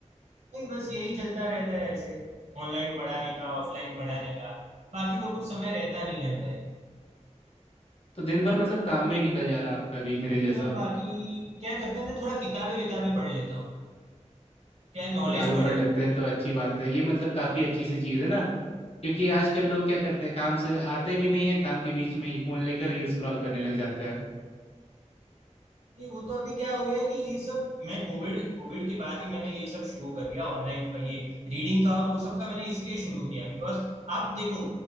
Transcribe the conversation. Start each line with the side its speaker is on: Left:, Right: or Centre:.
Right: नहीं बस यही चलता रहता है ऐसे ऑनलाइन पढ़ाने का ऑफलाइन पढ़ाने का बाकी तो कुछ समय रहता नहीं है भाई
Left: तो दिन भर मतलब काम में ही निकल जा रहा है आपका भी मेरे जैसा
Right: हाँ बाकी क्या करते हैं मैं थोड़ा किताबें विताबें पढ़ लेता हूँ क्या नॉलेज
Left: किताबें
Right: बढ़े
Left: पढ़ लेते हैं तो अच्छी बात है ये मतलब काफी अच्छी सी चीज़ है ना क्योंकि आजकल लोग क्या करते हैं काम से आते भी नहीं है काम के बीच में ही फोन लेकर रील स्क्रॉल करने लग जाते हैं
Right: नहीं वो तो अभी क्या हो गया है कि ये सब मैं कोविड कोविड के बाद ही मैंने ये सब शुरू कर दिया ऑनलाइन ये रीडिंग का और वो सब का मैंने इसलिए शुरू किया बिकॉज आप देखो